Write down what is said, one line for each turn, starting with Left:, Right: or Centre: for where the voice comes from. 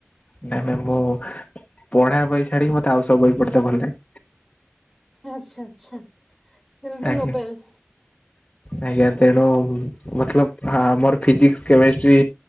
Left: ନାଇଁ ମ୍ୟାମ୍ ମୁଁ ପଢା ବହି ଛାଡିକି, ମତେ ଆଉ ସବୁ ବହି ପଢେତ ଭଲ ଲାଗେ।
Centre: ଆଚ୍ଛା ଆଚ୍ଛା ଯେମିତି
Left: ଆଜ୍ଞା
Centre: ନୋବାଇଲ୍
Left: ଆଜ୍ଞା ତେଣୁ ମତଲବ ମୋର ଫିଜିକସ, କେମିଷ୍ଟ୍ରି